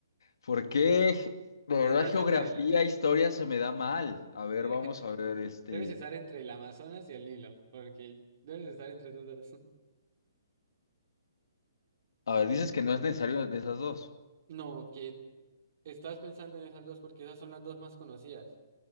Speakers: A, on the left; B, on the right.
A: ¿por qué? De
B: Estás
A: verdad, geografía,
B: entre el...
A: historia se me da mal. A ver,
B: eh,
A: vamos a ver, este.
B: <laughs> debes estar entre el Amazonas y el Nilo, porque debes estar entre esos dos. <laughs>
A: A ver, dices que no es necesario de esas dos.
B: No, que estás pensando en esas dos porque esas son las dos más conocidas.